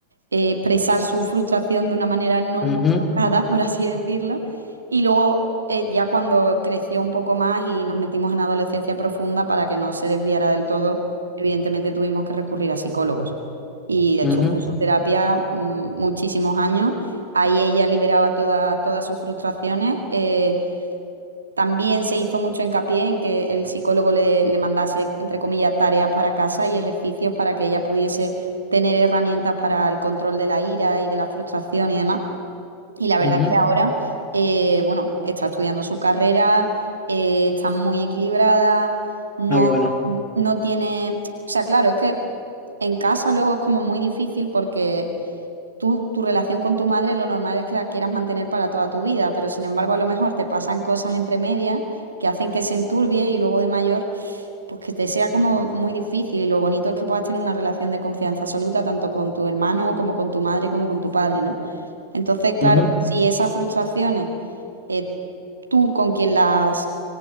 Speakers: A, on the right (about 75°); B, on the left (about 20°).
A: eh, expresar su frustración de una manera no
B: ujú,
A: muy educada, por así decirlo. Y luego, eh, ya cuando creció un poco más y nos metimos en adolescencia profunda, para que no se desviara del todo, evidentemente tuvimos que recurrir a psicólogos. Y
B: ujú,
A: estuvo en su terapia mm, muchísimos años. Ahí ella liberaba toda- todas sus frustraciones. eh, también se hizo mucho hincapié en que el psicólogo le, le mandase, entre comillas, tareas para casa y ejercicios para que ella pudiese tener herramientas para el control de la ira y de la frustración y demás. Y la verdad
B: ujú.
A: es que ahora, eh, bueno, está estudiando su carrera, eh, está muy equilibrada, no,
B: Ah, qué bueno.
A: no tiene... O sea, claro, es que en casa luego es como muy difícil porque tú, tu relación con tu madre, lo normal es que la quieras mantener para toda tu vida, pero sin embargo a lo mejor te pasan cosas entre medias que hacen que se enturbie y luego de mayor, pues que te sea como muy difícil. Y lo bonito es que puedas tener una relación de confianza absoluta tanto con tu hermano como con tu madre como con tu padre, ¿no? Entonces, claro,
B: Ujú,
A: si esas frustraciones, eh, tú con quien las